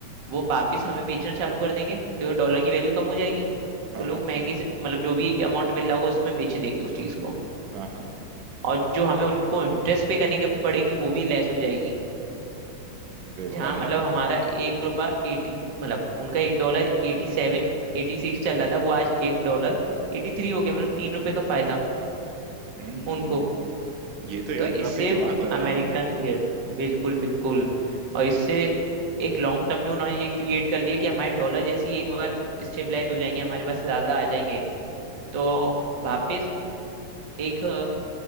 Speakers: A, on the right; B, on the right.
A: वो वापिस हमें बेचना चालू कर देंगे क्योंकि डॉलर की वैल्यू कम हो जाएगी
B: हाँ
A: तो लोग
B: हाँ
A: महंगे से मतलब जो भी अमाउंट मिल रहा होगा उसमें बेच देंगे उस चीज को
B: हाँ हाँ
A: और जो हमें उनको इंटरेस्ट पे करनी के- पड़ेगी वो भी लेस हो जाएगी
B: अरे वाह
A: जहाँ
B: यार
A: मतलब हमारा एक रुपया एटी मतलब उनका एक dollar eighty seven eighty six चल रहा था वो आज एक डॉलर एटी थ्री हो गया मतलब तीन रुपए का फायदा
B: हम्म
A: उनको
B: ये तो यार
A: तो इससे
B: काफी दिमाग लगाया
A: अमेरिकन
B: उन्होंने
A: यस बिल्कुल बिल्कुल और इससे एक लॉन्ग टर्म में उन्होंने ये क्रिएट कर लिया कि हमारे डॉलर जैसी एक बार स्टेबलाइज हो जाएंगे हमारे पास ज्यादा आ जाएंगे तो वापस एक